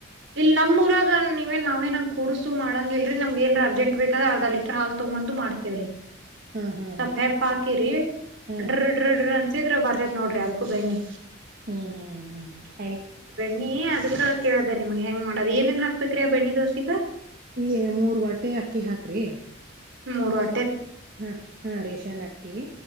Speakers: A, on the right; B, on the right.
A: ಇಲ್ ನಮ್ಮ ಊರಾಗ ನೀವ ನಾವೇ ನಂಗ್ ಕೂಡ್ಸು ಮಾಡಂಗ ಇಲ್ರರಿ ನಮ್ಗ ಏನ್ ಅರ್ಜೆಂಟ್ ಬೇಕ್ರ ಅರ್ಧ ಲೀಟರ್ ಹಾಲ್ ತೊಂದು ಮಾಡ್ೇವ್ರೀ
B: ಹ್ಮ್ ಹ್ಮ್
A: ಸ್ಪ ಹೆಪ್ಪ ಹಾಕಿರಿ
B: ಹ್ಮ್
A: ಡ್ರ ಡ್ರಡ್ರಂತ ಶೀ್ರ ಬರೇ ನೋ್ರರಿ ಅದಕ್ಕೂ ಬೆಣಿ
B: ಹ್ಮ್ ಹ್ಮ್ ಹ್ಮ್ ಅಳಿ
A: ನೀ ಅದಕ್ಕ ಕೇಳ ಅ ನಿಮ್ ಹೆಂಗ ಮಾಡದ ಏನೇನ್ ಹಾಕ್ಬೇಕು್ರಿಾ ಬೆ್ಣ ದೋಸಿಗ
B: ಈ ಮೂರ್ ಹೊಟ್ಟೆ ಅಕ್ಕಿ ಹಾಕ್ರಿ
A: ಮೂರು ಅ
B: ಹ್ಮ ಹಾ ರೇಷನ್ ಅಕ್ಕಿ